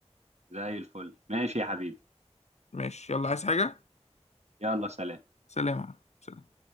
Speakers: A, on the right; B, on the left.
A: زي الفل ماشي يا حبيبي
B: ماشي يلا عايز حاجه
A: يلا سلام
B: سلام يا عم. سلام.